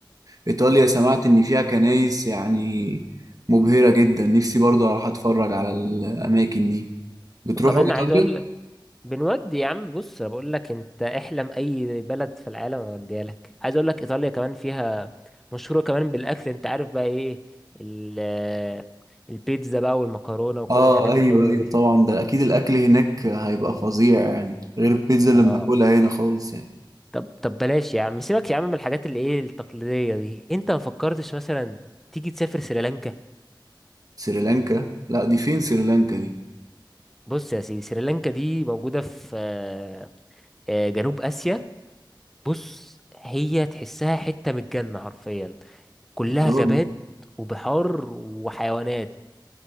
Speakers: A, on the right (about 45°); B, in the centre.
A: إيطاليا سمعت إن فيها كنايس يعني مبهرة جدا نفسي برضو أروح أتفرج على الأماكن دي بتروحوا
B: وكمان
A: إيطاليا؟
B: عايز اقول لك بنودي يا عم بص انا بقول لك انت احلم اي بلد في العالم اوديها لك عايز اقول لك ايطاليا كمان فيها مشهورة كمان بالاكل انت عارف بقى ايه ال- البيتزا بقى والمكرونة وكل
A: آه
B: الحاجات
A: أيوه
B: الحلوة
A: أيوه
B: دي
A: طبعا ده أكيد الأكل هناك هيبقى فظيع يعني غير البيتزا اللي
B: اه
A: بناكلها هنا خالص يعني
B: طب طب بلاش يا عم سيبك يا عم من الحاجات اللي ايه التقليدية دي انت ما فكرتش مثلا تيجي تسافر سريلانكا
A: سريلانكا لا دي فين سريلانكا دي
B: بص يا سيدي سريلانكا دي موجودة في آه، آه، جنوب آسيا بص هي تحسها حتة من الجنة حرفيا كلها
A: يا
B: غابات
A: راجل
B: وبحار وحيوانات